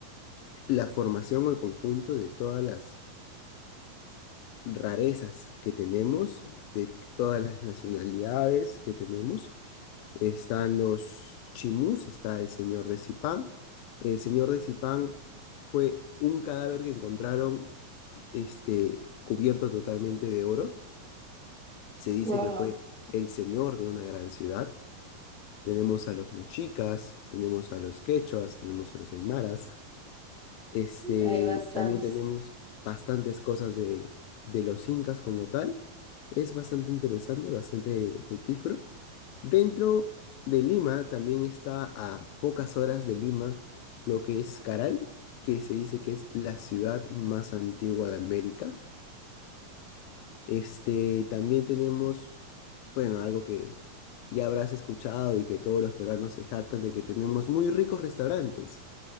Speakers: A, on the left; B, in the centre.
A: la formación o el conjunto de todas las rarezas que tenemos, de todas las nacionalidades que tenemos. Están los chimús, está el señor de Zipán. El señor de Zipán fue un cadáver que encontraron este, cubierto totalmente de oro. Se dice
B: Wow,
A: que fue el señor de una gran ciudad. tenemos a los mochicas, tenemos a los quechuas, tenemos a los aymaras. Este,
B: hay bastantes.
A: también tenemos bastantes cosas de, de los incas como tal. Es bastante interesante, bastante fructífero. Dentro de Lima también está a pocas horas de Lima lo que es Caral, que se dice que es la ciudad más antigua de América. Este, también tenemos bueno, algo que ya habrás escuchado y que todos los peruanos se jactan de que tenemos muy ricos restaurantes.